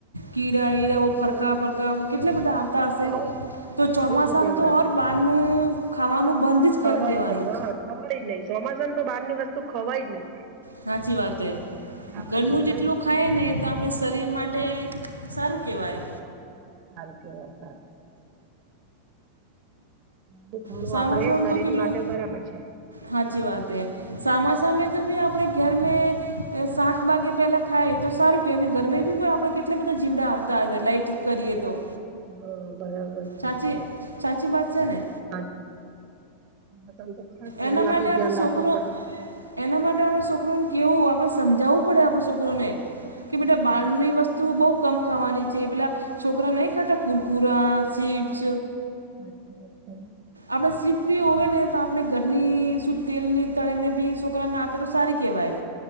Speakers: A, on the right (about 85°); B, on the right (about 40°).
A: કીડા ઈડા ફરકા ફર કેટલે બધા આવતા હશે.
B: બઉ જ
A: તો
B: હા,
A: ચોમાસામાં
B: બઉ જ ધ્યાન
A: તો
B: રાખવું
A: ઔર બાળનું ખાવાનું બંધ જ
B: ખવાય
A: કરી દેવાનું
B: ન, હા
A: જ.
B: ખવાય જ નહિ. ચોમાસામા તો બાર ની વસ્તુ ખવાય નહી.
A: સાચી વાત એ
B: આપડે
A: ઘરનું
B: ઘરના
A: જેટલું
B: જ
A: ખાય ને તો આપણે શરીર માટે સારું કહેવાય
B: હલ કે વસાદ દુ ખાણું
A: સામા
B: આપડે
A: સામે
B: શરીર
A: તો કેટલું
B: માટે બરાબર છે
A: સાચી વાત હ. સામાસામે તો ભી આપડે ઘર મે સાત વાગે પેલા ખાય તો સારું કે ગરમે બી પણ આપણે કેટલા બધા જીવડા આવતા હતા. લાઇટ કરીએ તો
B: હ બરાબર છે.
A: સાચી સાચી વાત છે ને?
B: આજનું મોસમ તો ખાસ કરીને
A: એના માટે
B: આપડે
A: આપણે
B: ધ્યાન
A: છોકરો.
B: રાખવું પડે.
A: એના માટે આપણે છોકરોને કેહેવું, આપણે સમજાવવું પડે આપણે છોકરોને કે બેટા
B: સાચી
A: બારની
B: વાત,
A: વસ્તુ તો બહુ કમ ખાવાની છે પેલા છોકરા નહીં ખાતા કુરકુરા, ચીપ્સ,
B: અચ્છ અચ્છા.
A: આપણે સિફ બી હોય ને તો આપણે ઘરની શુદ્ધ તેલની તળે ને બી છોકરાને આપે તો સારી કહેવાય.